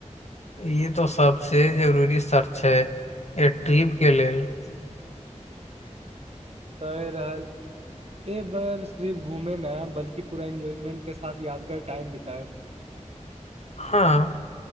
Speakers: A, on the left; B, on the right.
A: ई तऽ सभसँ जरूरी सर्त छै एक ट्रिपके लेल
B: सहि रहल एक बार सिर्फ घूमे न है बल्कि पूरा एन्जॉयमेन्ट के साथ यादगार टाइम बितायब
A: हँ